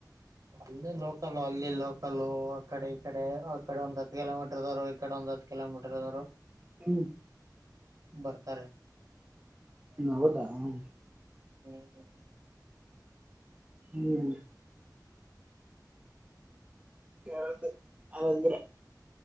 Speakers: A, on the right (about 55°); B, on the right (about 20°).
A: ಅಲ್ಲಿ ಲೋಕಲ್ ಅಲ್ಲಿ ಲೋಕಲ್ ಒ ಕಡೆ ಈ ಕಡೆ ಒ ಕಡೆ ಒಂದು ಹತ್ತು ಕಿಲೋಮೀಟರ್ ದೂರು ಈಡೆ ಒಂದ ಕಿಲೋಮೀಟರ್ ಅವರು
B: ಹ್ಮ್
A: ಬರ್ತಾರೆ
B: ಹ್ಮ ಹೌದಾ ಹ
A: ಹ್ಮ್ ಹ್ಮ
B: ಹ್ಮ್ ಕೇಳ್ದ ನಂದ್ರೆ